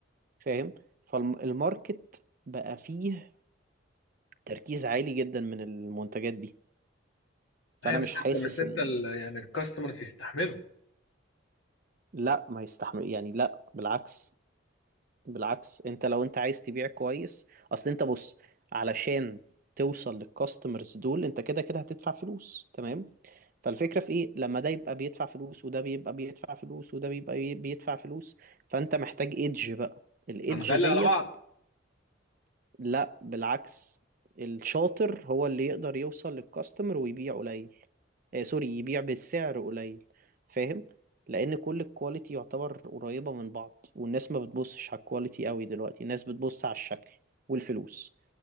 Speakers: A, on the right (about 45°); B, on the left (about 80°).
A: فاهم فالماركت بقى فيه تركيز عالي جدا من المنتجات دي
B: ايوه
A: فانا مش
B: بس
A: حاسس
B: انت بس انت
A: ان
B: ال- يعني الكاستمرز يستحملوا
A: لا ما يستحمل يعني لا بالعكس بالعكس انت لو انت عايز تبيع كويس اصل انت بص علشان توصل للكاستمرز دول انت كده كده هتدفع فلوس تمام فالفكرة في ايه لما ده يبقى بيدفع فلوس وده بيبقى بيدفع فلوس وده بيبقى بي- بيدفع فلوس فانت محتاج ايدج بقى الايدج
B: هنغلي
A: ديت
B: على بعض
A: لا بالعكس الشاطر هو اللي يقدر يوصل للكاستمر ويبيع قليل آه سوري يبيع بسعر قليل فاهم لان كل الكواليتي يعتبر قريبة من بعض والناس ما بتبصش على الكواليتي قوي دلوقتي الناس بتبص على الشكل والفلوس